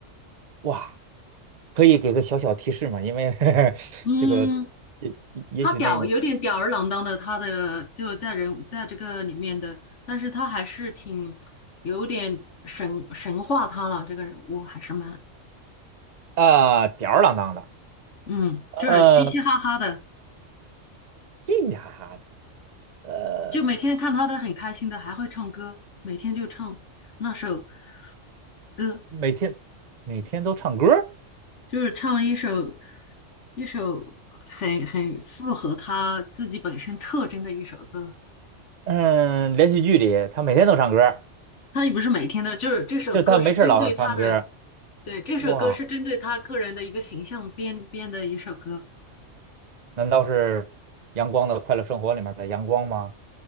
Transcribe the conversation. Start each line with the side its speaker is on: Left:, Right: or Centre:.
Right: 哇，可以给个小小提示吗？因为 <laughs>
Left: 嗯，
Right: 这个也也许那个。
Left: 他吊有点吊儿郎当的，他的就在人物在这个里面的，但是他还是挺有点神神化他了，这个人物还是蛮
Right: 啊，吊儿郎当的，
Left: 嗯，
Right: 呃，
Left: 就是嘻嘻哈哈的，
Right: 嘻嘻哈哈的，呃，
Left: 就每天看他的很开心的，还会唱歌，每天就唱那首歌，
Right: 每天每天都唱歌儿
Left: 就是唱一首一首很很符合他自己本身特征的一首歌。
Right: 嗯，连续剧里他每天都唱歌儿
Left: 他也不是每天的，就是这首歌是针对他的，
Right: 就他没事儿老唱歌儿
Left: 对，这首歌是针对他个人的一个形象编编的一首歌，
Right: 哇，难道是阳光的快乐生活里面的阳光吗？